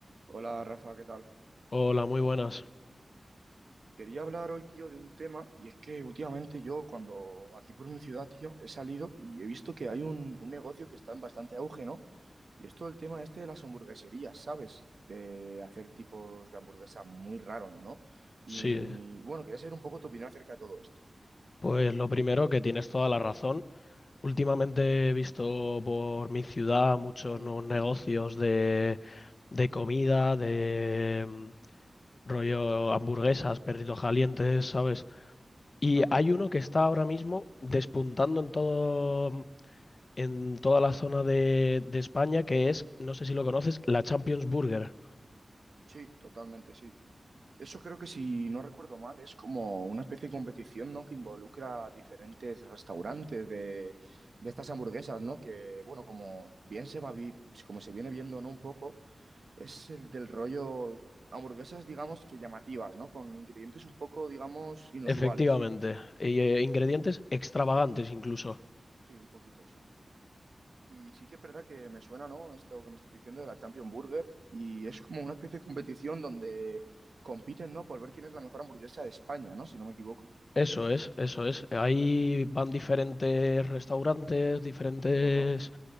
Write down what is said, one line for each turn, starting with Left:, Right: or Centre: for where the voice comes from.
Right: Hola Rafa, ¿qué tal?
Left: Hola, muy buenas.
Right: Quería hablar hoy, tío, de un tema, y es que últimamente yo, cuando aquí por mi ciudad, tío, he salido y he visto que hay un, un negocio que está en bastante auge, ¿no? Y es todo el tema este de las hamburgueserías, ¿sabes? De hacer tipos de hamburguesa muy raros, ¿no? Y
Left: Sí,
Right: bueno, quería saber un poco tu opinión acerca de todo esto.
Left: pues lo primero que tienes toda la razón. Últimamente he visto por mi ciudad muchos
Right: Mm,
Left: nuevos negocios de, de comida, de mm, rollo hamburguesas, perritos calientes, ¿sabes? Y
Right: totalmente.
Left: hay uno que está ahora mismo despuntando en todo, mm, en toda la zona de, de España, que es, no sé si lo conoces, la Champions Burger.
Right: Sí, totalmente, sí. Eso creo que si no recuerdo mal, es como una especie de competición, ¿no? Que involucra diferentes restaurantes de, de estas hamburguesas, ¿no? Que, bueno, como bien se va, vi- como se viene viendo, ¿no? Un poco, es el del rollo hamburguesas, digamos, que llamativas, ¿no? Con ingredientes un poco, digamos, inusuales.
Left: Efectivamente. Y, eh, ingredientes extravagantes incluso.
Right: Sí, un poquito, sí. Y sí que es verdad que me suena, ¿no? Esto que me estás diciendo de la Champion Burger. Y es como una especie de competición donde compiten, ¿no? Por ver quién es la mejor hamburguesa de España, ¿no? Si no me equivoco.
Left: Eso es, eso es. Ahí van diferentes restaurantes, diferentes
Right: Ajá.